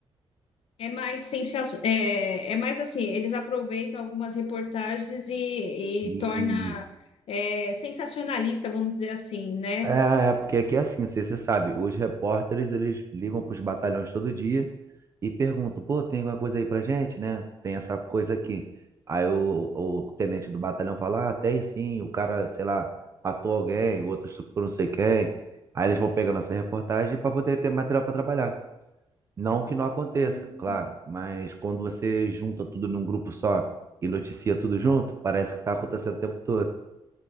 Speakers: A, on the left; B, on the right.
A: É mais sensacional é, é mais assim, eles aproveitam algumas reportagens e,
B: E
A: e torna é, sensacionalista, vamos dizer assim, né?
B: É, é, porque aqui é assim, você, você sabe, os repórteres, eles ligam para os batalhões todo dia e perguntam, pô, tem alguma coisa aí pra gente, né? Tem essa coisa aqui. Aí o, o tenente do batalhão fala, ah, tem sim, o cara, sei lá, matou alguém, o outro estuprou não sei quem. Aí eles vão pegando essa reportagem para poder ter material para trabalhar. Não que não aconteça,
A: Hum.
B: claro, mas quando você junta tudo num grupo só e noticia tudo junto, parece que tá acontecendo o tempo todo.